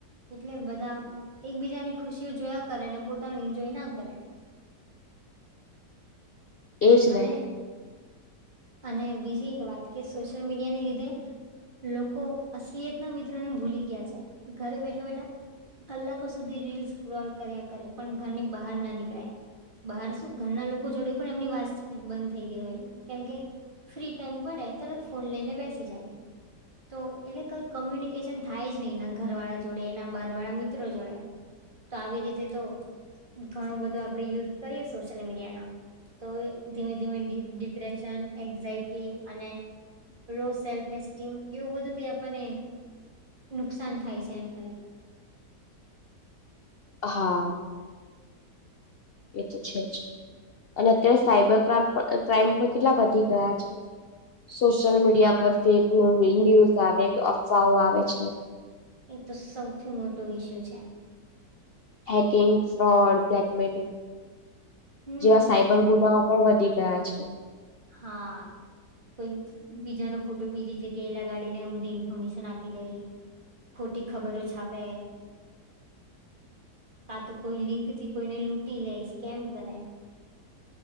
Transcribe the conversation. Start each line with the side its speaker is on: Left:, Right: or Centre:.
Right: એટલે બધા એકબીજાની ખુશીઓ જોયા કરે ને પોતાનું ઈન્જોય ના કરે.
Left: એજ
Right: અને
Left: ને
Right: અને બીજી એક વાત કે સોશિયલ મીડિયાની લીધે લોકો અસલિયત ના મિત્રો ને ભૂલી ગયા છે ઘરે બેઠા બેઠા કલાકો સુધી રીલસ ક્રોલ કર્યા કરે પણ ઘરની બહાર ના નીકળે. બહાર શું ઘરના લોકો જોડે પણ એમની વાસ્ત સી બંધ થઈ ગઈ હોય કેમકે ફ્રી ટાઈમ પડે તરત ફોન લઈને બેસી જાય તો એટલે કઈ કોમ્યુનિકેશન થાય જ નહીિ એના ઘર વાળા જોડે એના બહાર વાળા મિત્રો જોડે તો આવી રીતે તો ઘણું બધું આપડે યુઝ કરીએ સોશિયલ મીડિયાનો તો ધીમે ધીમે ડિપ્રેશન એન્ઝાયટી અને લો સેલ્ફ એસ્ટીમ એવું બધું બી આપણને નુકસાન થાય છે એના લ
Left: હા એ તો છે જ અને અત્યારે સાઈબર ક્રમ ક્રાઈમ પણ કેટલા વધી ગયા છે સોશિયલ મીડિયા
Right: હા
Left: પર ફેક ન ન્યુઝ આવે અફવાઓ આવે છે
Right: એ તો સૌથી મોટો ઈસ્યુ છે
Left: હેકિંગડ બ્લકમેલિંગ
Right: હમ
Left: જેવા સાયબર ગુના વધી ગયા છે
Right: હા કોઈ બીજાનો ફોટો બીજી જગ્યાએલા ગાડીને ઊમી ઇન્ફોર્મેશન આપી દઈ ખોટી ખબરો છ પે કા તો કોઈ લિંક થી કોઈને લૂટી લે સ્કેમ કરે